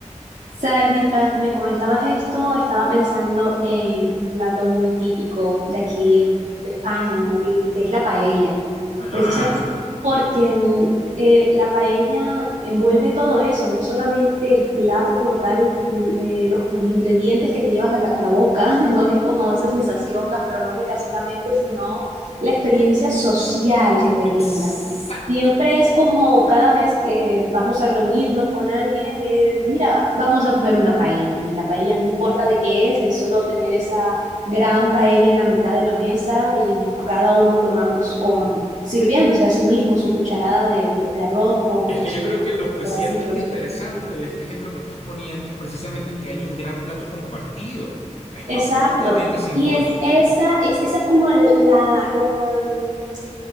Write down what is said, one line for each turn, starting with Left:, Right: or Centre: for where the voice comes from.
Right: Sabes, mientras me comentabas esto, estaba pensando en un plato muy típico de aquí, en- de España, en Madrid, que es la paella.
Left: Ajá.
Right: Precisamente porque mm, eh, la paella envuelve todo eso, no es solamente el plato como tal, l- eh, los, los ingredientes que te llevas a la, a la boca, <laughs> no es como esa sensación gastronómica solamente, sino la experiencia social que te
Left: Exacto.
Right: brinda. Siempre es como cada vez que vamos a reunirnos con alguien, es, mira, vamos a comer una paella y la paella no importa de qué es, es solo tener esa gran paella en la mitad de la mesa y cada uno tomando s- con, sirviéndose a sí mismo su cucharada de, de- de arroz con,
Left: Es
Right: con
Left: que
Right: sus
Left: yo creo que lo especialmente
Right: pedacitos.
Left: interesante de este ejemplo que estás poniendo es precisamente que hay un gran plato compartido. Es profundamente
Right: Exacto.
Left: simbólico.
Right: Y es esa, es esa como el- la, la, mm,